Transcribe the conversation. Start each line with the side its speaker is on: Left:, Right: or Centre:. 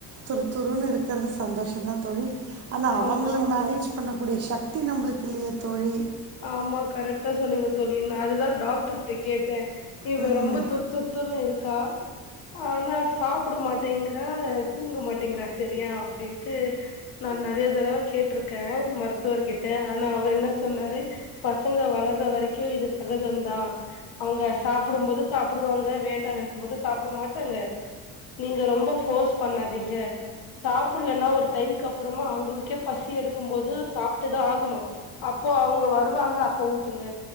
Right: துரு துருன்னு இருக்கிறது சந்தோஷந்தான் தோழி ஆனா அவங்கள
Left: ஆமா
Right: மேனேஜ் பண்ணக்கூடிய சக்தி நம்மளுக்கு இல்லையே தோழி
Left: ஆமா கரெக்ட்டா சொன்னீங்க தோழி நா அதுதா டாக்டர்ட்ட கேட்டேன் இவ
Right: ம்
Left: ரொம்ப துர் துர் தூரம் இருக்கா ஆனா சாப்பிட மாட்டேங்கிறா தூங்க மாட்டேங்கறா சரியா அப்டின்ட்டு நா நறைய தடவ கேட்டிருக்கே மருத்துவர்கிட்ட ஆனா அவர் என்ன சொன்னாரு பசங்க வளர்ற வரைக்கும் இது சகஜம்தா அவாங்க சாப்பிடும் போது சாப்புடுவாங்க வேண்டான்னுக்கும்போது சாப்புட மாட்டாங்க நீங்க ரொம்ப போர்ஸ் பண்ணாதீங்க சாப்புடலன்னா ஒரு டைமுக்கு அப்புறமா அவுங்களுக்கே பசி எடுக்கும் போது சாப்ட்டுதா ஆகணு அப்போ அவங்க வ வருவாங்க அப்போ ஊட்டுங்க